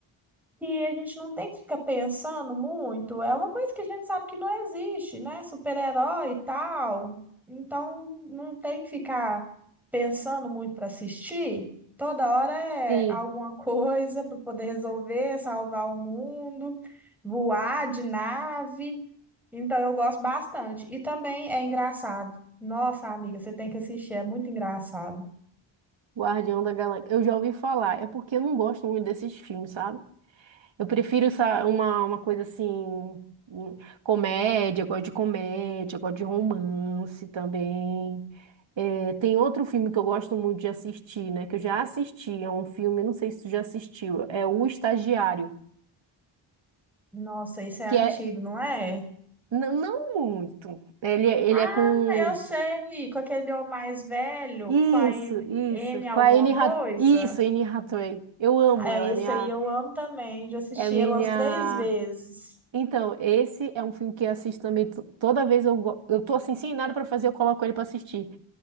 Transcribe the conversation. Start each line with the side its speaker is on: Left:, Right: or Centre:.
Centre: que a gente não tem que ficar pensando muito. É uma coisa que a gente sabe que não existe, né? Super-herói e tal. Então, não tem que ficar pensando muito para assistir. Toda hora é
Right: Sim,
Centre: alguma <laughs> coisa para poder resolver, salvar o mundo, voar de nave. Então, eu gosto bastante. E também é engraçado. Nossa, amiga, você tem que assistir, é muito engraçado.
Right: Guardião da Galáxia. Eu já ouvi falar. É porque eu não gosto muito desses filmes, sabe? Eu prefiro essa, uma, uma coisa assim. hum, Comédia, eu gosto de comédia, eu gosto de romance também. É, tem outro filme que eu gosto muito de assistir, né? Que eu já assisti. É um filme, não sei se tu já assistiu. É O Estagiário.
Centre: Nossa, esse é antigo,
Right: Que é.
Centre: não é?
Right: n- Não muito. Ele, é,
Centre: Ah,
Right: ele é com.
Centre: eu sei, com aquele homem mais velho,
Right: Isso,
Centre: com a N,
Right: isso.
Centre: N alguma
Right: Com a Anne
Centre: coisa.
Right: Hath... Isso, Anne Hathaway. Eu amo
Centre: Ah,
Right: ela,
Centre: esse
Right: é minha...
Centre: aí eu amo também, já assisti
Right: é a minha...
Centre: ele umas três vezes.
Right: Então, esse é um filme que eu assisto também to- toda vez eu go- eu tô assim sem nada pra fazer, eu coloco ele pra assistir.